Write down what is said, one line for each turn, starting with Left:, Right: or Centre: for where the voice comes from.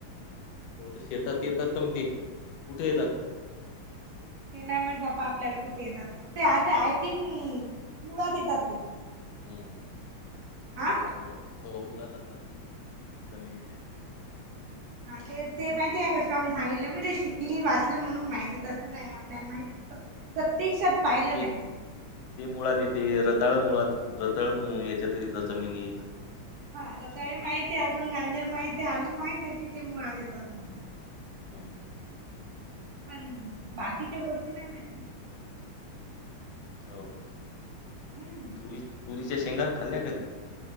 Left: हो तर शेतात
Right: हम्
Left: येतात.. तर मग ते कुठे येतात??
Right: ते नाही माहित बापा आपल्याला कुठे येतात ते असे आय थिंक मुळात येतात ते
Left: हम
Right: हा
Left: मुळात मुळात हो मुळात असतात ते जमिनीत
Right: हा ते ते
Left: मग
Right: माहिती आहे.. का कशातून सांगितलं म ते शिकली वाचलं म्हणून माहिती तस नाही.. आपल्याला माहीत नव्हत.. प्रत्यक्षात पाहिलं
Left: ते
Right: नाही.
Left: ते मुळात येते रताळ मुळात येता रताळ मु याच्यात येत जमिनीत
Right: हा रताळे माहित आहे, अजून गांजर माहित आहे, आलू माहित आहे तिथे मुळात येतात म्हणून
Left: हम्म..
Right: पण बाकीच्या गोष्टी नाही माहित ना
Left: हो का!
Right: हम्म..
Left: तुरी तुरीच्या शेंगा खाल्ल्या कधी?